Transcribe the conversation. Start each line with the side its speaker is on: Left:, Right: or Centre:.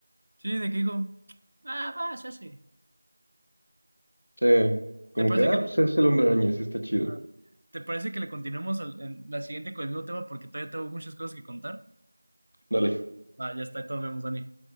Right: Sí, de que dijo, ah, va, se hace.
Left: Sí, como
Right: ¿Te parece
Left: que, ah,
Right: que le,
Left: pues es el hombre araña, sí está chido.
Right: ajá. ¿Te parece que le continuemos al- en la siguiente con el nuevo tema? Porque todavía tengo muchas cosas que contar.
Left: Dale.
Right: Ah, ya está, ahí todos vemos, Dani.